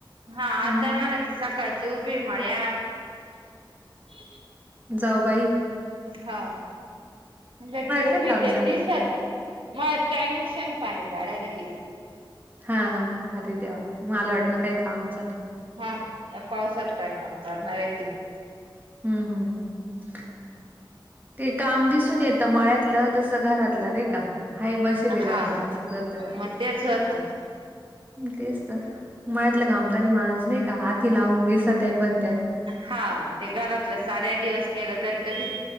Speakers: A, on the right; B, on the right.
A: हा
B: हम्म
A: आताय म्हणा ती सकाळ. - जीव भी म् ह्यात. -
B: जाऊ बाईअ. -
A: हा म्ह ती
B: काय
A: उभी
B: काम
A: ते
B: चाललंय?
A: दिसत मळत काही नाही शेण पाणी - झाडायला गेली. -
B: हा हा अरे देवा मला वाटलं काही कामच. -
A: हा पावसात काय काम करणार आहे, की. -
B: हम्म हम्म्. - ते काम दिसून येतं मळ्यातलं तसं घरातलं नाही का?. - हाय बसेल
A: हा
B: घरात असच तर.
A: मग तेच होत
B: - तेच तर माहितलं का आमदारी माणस नाही का. हाती लावून दिसत आहे पण. -
A: हां ते घरातलं साऱ्या दिवस केलं तरी कधीच. -